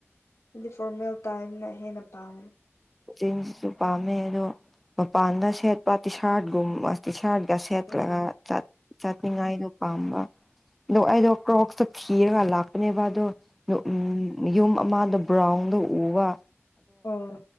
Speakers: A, on the left (about 80°); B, in the centre.
A: ꯑꯗꯨꯗꯤ ꯐꯣꯔꯃꯦꯜ ꯇꯥꯏꯝꯅ ꯍꯦꯟꯅ ꯄꯥꯝꯅꯤ
B: ꯖꯤꯟꯁꯁꯨ ꯄꯥꯝꯃꯦ ꯑꯗꯣ ꯃꯄꯥꯟꯗ ꯁꯦꯠꯄ ꯇꯤꯁꯥꯔꯠꯒꯨꯝꯕ ꯇꯤꯁꯥꯔꯠ ꯒ ꯁꯦꯠꯂꯒ
A: ꯎꯝ
B: ꯆꯥꯠꯅꯤꯡꯉꯥꯏꯗꯣ ꯄꯥꯝꯕ ꯗꫭ ꯑꯩꯗꯣ ꯀ꯭ꯔꯣꯛꯁꯇꫭ ꯊꯤꯔꯒ ꯂꯥꯛꯄꯅꯦꯕꯗ ꯎꯝ ꯌꯨꯝ ꯃꯥꯗ ꯕ꯭ꯔꯥꯎꯟꯗꯣ ꯎꯕꯥ
A: ꯑꯣ꯫